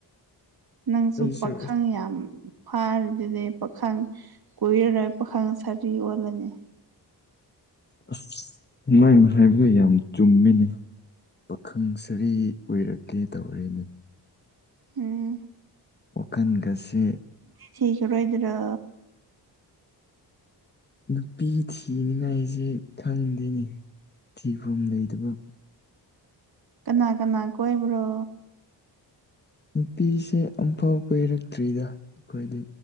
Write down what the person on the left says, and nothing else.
ꯑꯩꯁꯨ
ꯑꯁ
ꯑꯁ ꯅꯪ ꯍꯥꯏꯕ ꯌꯥꯝ ꯆꯨꯝꯃꯤꯅꯦ ꯄꯥꯈꯪ ꯁꯔꯤ ꯑꯣꯏꯔꯛꯀꯦ ꯇꯧꯔꯤꯅꯦ
ꯋꯥꯈꯟꯒꯁꯤ
ꯅꯨꯄꯤ ꯊꯤꯅꯤꯉꯥꯏꯁꯦ ꯈꯪꯗꯦꯅꯤ ꯊꯤꯐꯝ ꯂꯩꯇꯕ
ꯅꯨꯄꯤꯁꯦ ꯑꯃꯨꯐꯥꯎ ꯀꯣꯏꯔꯛꯇ꯭ꯔꯤꯗ ꯑꯩꯈꯣꯏꯗꯤ